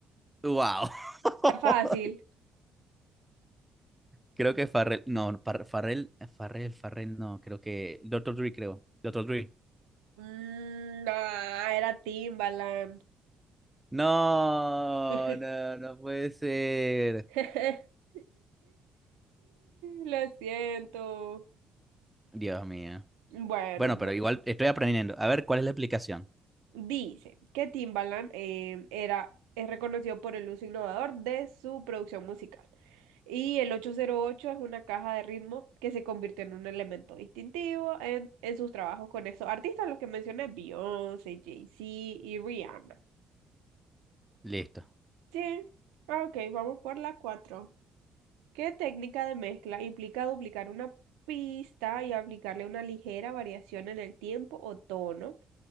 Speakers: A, in the centre; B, on the right.
A: ¡Wow! <laughs>
B: Está fácil.
A: Creo que Farrell, no, Far- Farrell, eh, Farrell, Farrell, no, creo que Doctor Dre, creo. Doctor Dre.
B: Mm, no, era Timbaland.
A: No,
B: <laughs>
A: no, no puede ser.
B: <laughs> Lo siento.
A: Dios mío.
B: Bueno,
A: Bueno, pero
B: bu-
A: igual estoy aprendiendo. A ver, ¿cuál es la explicación?
B: dice que Timbaland eh, era, es reconocido por el uso innovador de su producción musical. Y el 808 es una caja de ritmos que se convirtió en un elemento distintivo en, en sus trabajos con esos artistas, los que mencioné, Beyoncé, Jay-Z y Rihanna.
A: Listo.
B: Sí, Ah, ok, vamos por la cuatro ¿Qué técnica de mezcla implica duplicar una pista y aplicarle una ligera variación en el tiempo o tono